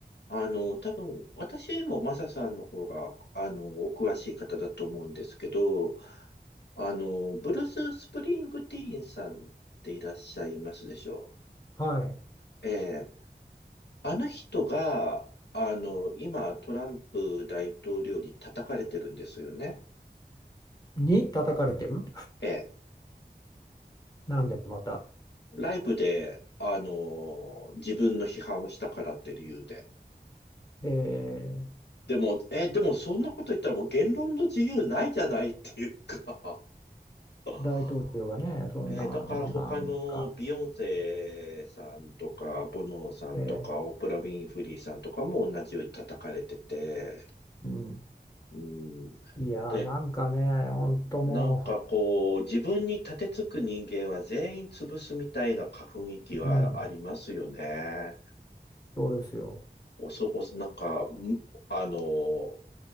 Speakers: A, on the left; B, on the left.
A: あの、多分、私よりもマサさんの方が、あの、お詳しい方だと思うんですけど、あの、ブルース・スプリングティーンさんっていらっしゃいますでしょ
B: はい。
A: う。ええ、あの人が、あの、今、トランプ大統領に叩かれてるんですよね。
B: に叩かれてる。
A: ええ
B: なんでまた。
A: ライブで、あのー自分の批判をしたからって理由で。
B: えー
A: でも、え、でもそんなこと言ったらもう言論の自由ないじゃないっていうか <laughs>
B: 大統領がね、そんな、
A: えーだから他のビヨンセさんとか、
B: もうなんか、
A: ボノーさんとか、
B: ええ
A: オプラ・ウィンフリーさんとかも同じように叩かれてて、
B: うん、
A: うん。
B: いやー、
A: で、
B: なんかね、本当も
A: なんかこう、自分に立てつく人間は全員潰すみたいな雰囲気はありますよね。
B: う、うん、そうですよ。
A: おそ、お、なんか、むあの、